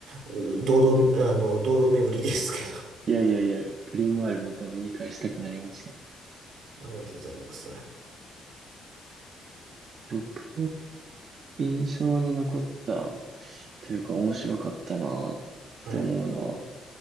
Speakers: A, on the right; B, on the right.
A: う堂々、あの、堂々巡りですけど、
B: いやいやいや、グリーンワールまた見返したくなりました。
A: <laughs> ありがとうございます。は
B: 僕、印象に残った、というか面白かったなって思うのは、
A: い。